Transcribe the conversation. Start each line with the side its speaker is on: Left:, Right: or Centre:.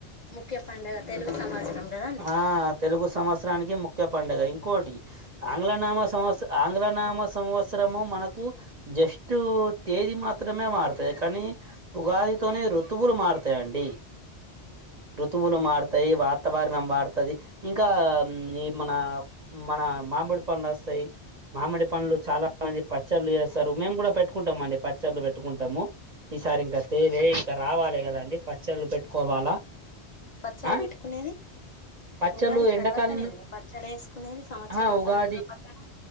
Left: ముఖ్య పండగ తెలుగు సమాచారం కదాండి
Right: ఆ తెలుగు సంవత్సరానికి ముఖ్య పండుగ ఇంకోటి ఆంగ్ల నామ సంవత్సర ఆంగ్ల నామ సంవత్సరము మనకు జస్ట్ తేదీ మాత్రమే మారుతుంది కానీ ఉగాదితోనే ఋతువులు మారుతాయండి ఋతువులు మత వతాయి వాతావరణం వాడుతుది ఇంకా ఈ మన మన మామిడి పండ్లు వస్తాయి మామిడి పంలు చాలా మంది పచ్చళ్ చేస్తారు మేము కూడా పెట్టుకుంటాం అండి పచ్చళ్ళు పెట్టుకుంటాము ఈసారి ఇంకా తేలే ఇంకా రావాలే కదాండి పచ్చళ్ళు పెట్టుకోవాలా
Left: చల్ల
Right: ఆ
Left: పెట్టుకునేది
Right: పచ్చళ్ళు
Left: పోగాది
Right: ఎండాకాలం
Left: తర్వాతనే కదా పచ్చడి వేసుకునేది సంవత్సరం
Right: ఆ
Left: అంతా
Right: ఉగాది
Left: నీట్లో పచ్చడి